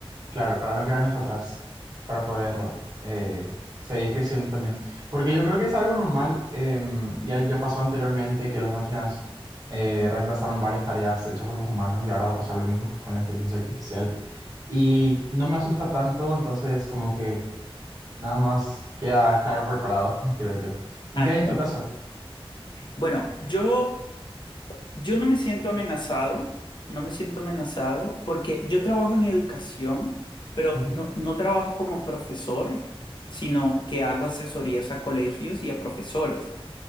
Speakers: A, on the right; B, on the left.
A: Claro, para no quedarnos atrás, para poder eh, seguir creciendo también. Porque yo creo que es algo normal, em, ya, ya pasó anteriormente que las máquinas eh, reemplazaron varias tareas hechas por los humanos y ahora va a pasar lo mismo con la inteligencia artificial. Y no me asusta tanto, entonces como que nada más queda estar preparado, <laughs> creo yo. ¿Y
B: ah
A: qué
B: está.
A: hay en tu caso?
B: Bueno, yo Yo no me siento amenazado, no me siento amenazado porque yo trabajo en educación, pero
A: Ujú,
B: no, no trabajo como profesor, sino que hago asesorías a colegios y a profesores.